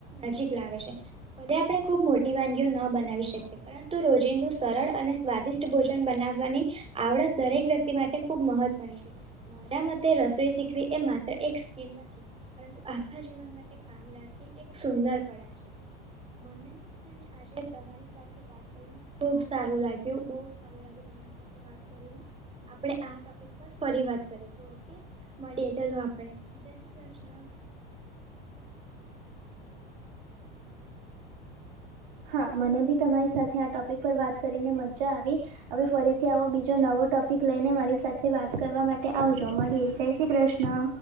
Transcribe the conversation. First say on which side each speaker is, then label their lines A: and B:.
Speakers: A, on the right; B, on the right.
A: નજીક લાવે છે ભલે આપડણે ખુબ મોટી વાનગીઓ ન બનાવી શકીએ પરંતુ રોજિંદુ સરળ અને સ્વાદિષ્ટ ભોજન બનાવવાની આવડત દરેક વ્યક્તિ માટે ખૂબ મહત્ત્વની છે મારા મતે રસોઈ શીખવી એ માત્ર એક સ્કિલ નથી પરંતુ આખા જીવન માટે <unintelligible> એક સુંદર કળા છે મને આજે તમારી સાથે વાત કરીને ખુબ સારું લાગ્યું બહું સારું લાગ્યું તમારી સાથે વાત કરીને આપણે આ ટોપિક પર ફરી વાત કરીશું ઓકે મળીએ ચાલો આપડે જય શ્રી કૃષ્ણ
B: હા મને બી તમારી સાથે આ ટોપિક પર વાત કરીને મજા આવી હવે ફરીથી આવો બીજો નવો ટોપિક લઈને મારી સાથે વાત કરવા માટે આવજો મળીએ જય શ્રી કૃષ્ણ ના